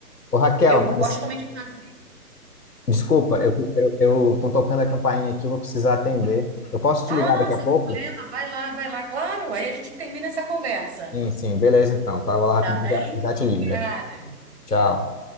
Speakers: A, on the left; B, on the right.
A: Ô, Raquel,
B: Eu
A: mas
B: gosto também de fazer.
A: desculpa, eu eu, eu tô tocando a campainha aqui, vou precisar atender. Eu posso te
B: Ah,
A: ligar daqui a
B: sem
A: pouco?
B: problema, vai lá, vai lá, claro. Aí a gente termina essa conversa.
A: Sim, sim, beleza então. Tá, vou lá rapidinho,
B: Tá bem?
A: já, já te ligo,
B: Obrigada.
A: já te... Tchau.